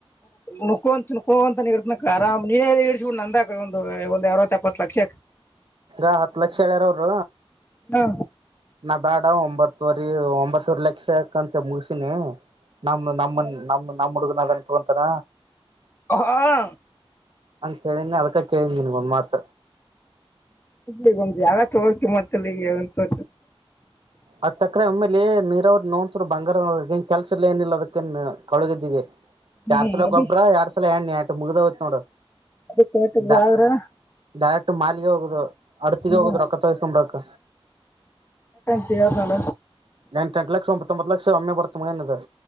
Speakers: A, on the left; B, on the right.
A: ನುಕೋಂತ ತಿನ್ನಕೋಅಂತ ಇರತನ ಆರಾಮ ನೀ ಇಸಬಿು ನಂದಕ ಒಂದು ಒಂದ ಅರವತ್ ಎಪ್ಪತೂ ಎಪ್ಪತ್ ಲಕ್ಷ
B: ಈ ಹತ್ತು ಲಕ್ಷ ಹೇಳ್ಯಾರ ಅವರು
A: ಹಾ
B: ನಾ ಬೇಡ ಒಂಬತ್ತುವರಿ ಒಂಬತ್ತವರ ಲಕ್ಷ ಯಕಂತೆ ಮುಗಸಿನಿ ನಮ್ಮ ನಮ್ಮ ನಮ್ಮ ನಮ್ಮಹುಡುಗ ಗ ನನ್ ತಗೊಂತಾರ
A: ಹಾ
B: ಕೇಳ ಅದಕ್ಕ ಕೇಳ ಒಂದು ಮಾತ
A: ಈಗ ಒಂದ್ ಯಾಗ ತಗೋತ ಕಿಮ್ಮತ್ತಲ್ಲಿಗ ಒ ತೋ
B: ಅದ್ ತಕ್ರೆ ಒಮ್ಮೇಲಿ ನೀರಾವ್ರ ನೋತ್ರು ಬಂಗಾರದನ್ ಕೆಲ್ಸ ಎಲ್ಲ ಏನಿಲ್ಲ ಅದಕ್ಕೇ ಕಳಗೆದಿಗೆ
A: ಹ್ಞೂ
B: ಎರಡ್ ಸಲ
A: ಅದು
B: ಗೊಬ್ಬರ ಎರಡ್ ಸಲ ಎಣ್ಣೆ ಮುಗದಹೋತ್ತ ನೋಡ
A: ಅದು ತೋಟದ್ದು
B: ಡ
A: ಆದ್ರೆ
B: ಡರೆಕ್ಟ್ ಮಾಲಿಗೆ ಹೋಗುದು ಅಡತೀಗೆ
A: ಹ್ಞೂ
B: ಹೋಗುದು ರೊಕ್ಕ ತೋಸ್ಕೊಂಡ್ರೊಕ್ಕ
A: ಕಾರ ನಳ
B: ಎಂಟ ಎಂಟ್ ಲಕ್ಷ ಒಂಬತ್ತೊಂಬತ್ತ್ತು ಲಕ್ಷ ಒಮ್ಮೆ ಬರ್ತ ಮಗ ನಂದ